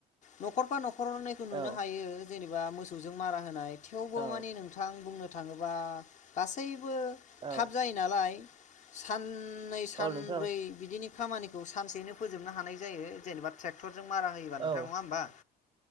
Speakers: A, on the left (about 45°); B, on the right (about 30°).
A: न'खरफा न'खरनैखौ नुनो
B: औ
A: हायो जेनेबा मोसौजों मारा होनाय थेवबो
B: औ
A: माने नोंथां बुंनो थाङोबा गासै बो
B: औ
A: थाब जायो नालाय साननै सब्रै
B: औ नोंथां
A: बिदिनि खामानिखौ सानसेयैनो फोजोबनो हानाय जायो जेनेबा ट्रेक्टरजों मारा होयोबा नोंथां
B: औ
A: नङा होमबा?